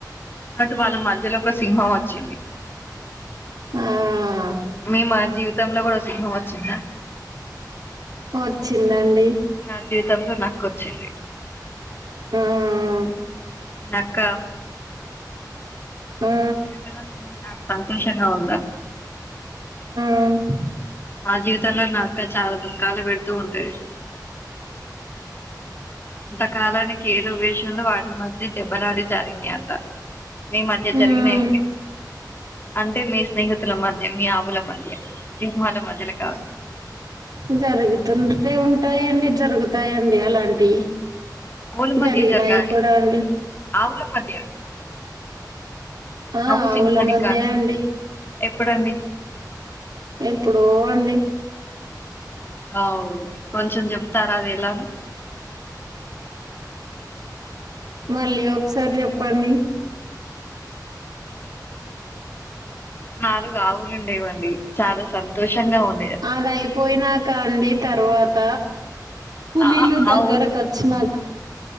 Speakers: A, on the left (about 30°); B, on the right (about 60°).
A: బట్ వాళ్ళ మధ్యలో ఒక సింహం వచ్చింది.
B: ఆహ్
A: మీ మా జీవితంలో కూడా సింహం వచ్చిందా.
B: వచ్చిందండి.
A: నా జీవితంలో నక్క వచ్చింది.
B: ఆహ్
A: నక్క.
B: ఆ ఆ
A: మీ జీవితంలో సింహం చాలా సంతోషంగా ఉందా.
B: ఉహ్
A: మా జీవితంలో నక్క చాలా దుఃఖాలు పెడుతూ ఉంటాది. అంతకాలానికి ఏదో విషయంలో వాటి మధ్య దెబ్బలాడి జరిగినాయంత. మీ మధ్య జరిగినయా
B: ఉమ్
A: అండి అంటే మీ స్నేహితుల మధ్య. మీ ఆవుల మధ్య, సింహాల మధ్యలో కాదు.
B: జరుగుతుంటే ఉంటాయండి జరుగుతాయండి అలాంటివి.
A: ఆవుల మధ్య
B: జరిగినాయి
A: జరగాలి
B: కూడా అండి
A: ఆవుల మధ్య
B: ఆహ్
A: ఆవు
B: ఆవుల
A: సింహానికి
B: మధ్య
A: కాదండి
B: అండి.
A: ఎప్పుడండి.
B: ఎప్పుడో అండి.
A: అవు కొంచెం చెప్తార అది ఎలానో.
B: మళ్ళీ ఒకసారి చెప్పండి.
A: నాలుగు ఆవులు ఉండేవండి చాలా సంతోషంగా ఉండ
B: అదయిపోయినాక అండి తర్వాత పులీలు
A: ఆ ఆ
B: దగ్గరకు
A: ఆవుల
B: వచ్చినాక.